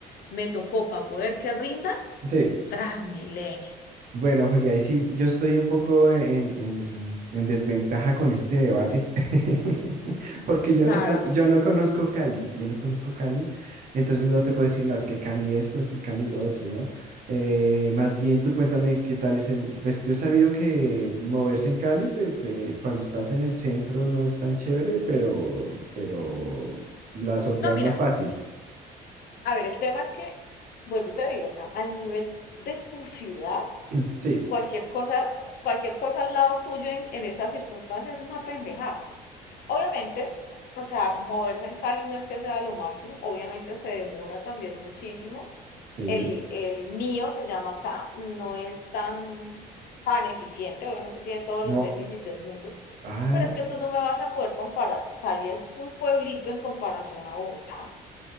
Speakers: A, on the left (about 65°); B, on the right (about 55°).
A: Me tocó para poder que rinda
B: Sí.
A: Transmilenio.
B: Bueno, Julia, ahí sí, yo estoy un poco en, en- en- en desventaja con este debate, <laughs> porque yo
A: La
B: no, con-
A: verdad me-
B: yo no conozco Cali, yo no conozco Cali, entonces no te puedo decir, no, es que Cali esto, es que Cali lo otro, ¿no? Eh, más bien tú cuéntame qué tal es el, pues yo he sabido que moverse en Cali, pues eh, cuando estás en el centro no es tan chévere, pero, pero la sorteas
A: No, mira,
B: más fácil.
A: a ver, el tema es que, vuelvo y te digo, o sea, al nivel de tu ciudad,
B: <clears throat> Sí,
A: cualquier cosa, cualquier cosa al lado tuyo en, en esas circunstancias es una pendejada. Obviamente, o sea, moverse en Cali no es que sea lo máximo, obviamente se demora también muchísimo.
B: sí.
A: El, el mío se llama acá, no es tan, tan eficiente, obviamente tiene todos
B: No.
A: los déficits del mundo
B: Ah,
A: Pero es que tú no me vas a poder comparar. Cali es un pueblito en comparación a Bogotá.